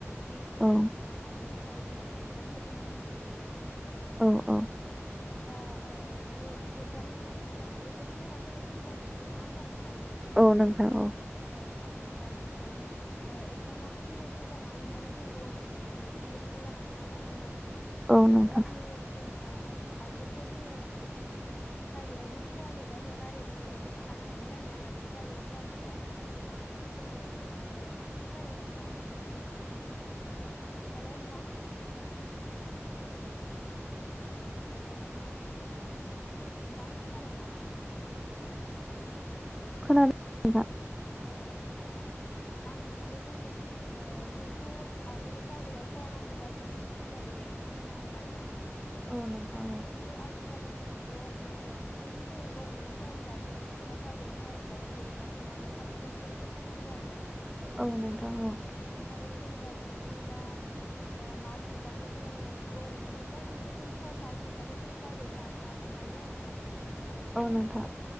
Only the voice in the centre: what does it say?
औ
औ औ
औ नोंथां औ
औ नोंथां
खोनादों दा
औ नोंथां औ
औ नोंथां औ
औ नोंथां